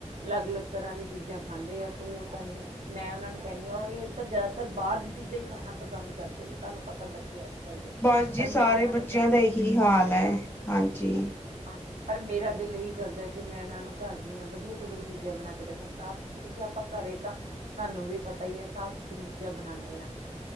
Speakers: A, on the right; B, on the left.
A: ਅਲੱਗ-ਅਲੱਗ ਤਰ੍ਹਾਂ ਦੀ ਚੀਜ਼ਾਂ ਖਾਂਦੇ ਆ, ਕੋ ਪਤਾ ਨੀ ਹੈ, ਮੈਂ ਉਹਨਾਂ ਨੂੰ ਕਹਿੰਨੀ ਹਾਂ, ਉਹ ਇਹ ਤਾਂ ਜ਼ਿਆਦਾਤਰ ਬਾਹਰ ਦੀ ਚੀਜ਼ਾਂ ਹੀ ਖਾਣਾ ਪਸੰਦ ਕਰਦੇ ਨੇ, ਤੁਹਾਨੂੰ ਪਤਾ ਬੱਚ ਬੱਚੇ ਅੱਜ-ਕੱਲ ਦੇ
B: ਬਸ ਜੀ,
A: ਪਰ
B: ਸਾਰੇ
A: ਮੈਂ ਉਹਨਾਂ
B: ਬੱਚਿਆਂ
A: ਨੂੰ ਚਾਹੁੰਦੀ
B: ਦਾ ਇਹੀ
A: ਹਾਂ
B: ਹਾਲ ਐ,
A: ਹਾਂ
B: ਹਾਂਜੀ।
A: ਹਾਂਜੀ, ਪਰ ਮੇਰਾ ਦਿਲ ਇਹੀ ਕਰਦਾ ਕਿ, ਮੈਂ ਇਹਨਾਂ ਨੂੰ ਘਰਦੀਆਂ ਵਧੀਆ ਤੋਂ ਵਧੀਆ ਚੀਜ਼ਾਂ ਬਣਾਕੇ ਦੇਵਾਂ ਸਾਫ਼ ਸੁ ਕਿਉਂਕਿ ਆਪਾਂ ਘਰੇ ਤਾਂ, ਸਾਨੂੰ ਵੀ ਪਤਾ ਹੀ ਏ ਸਾਫ਼-ਸੁਥਰੀ ਚੀਜ਼ਾਂ ਬਣਾਂਨੇ ਆਂ।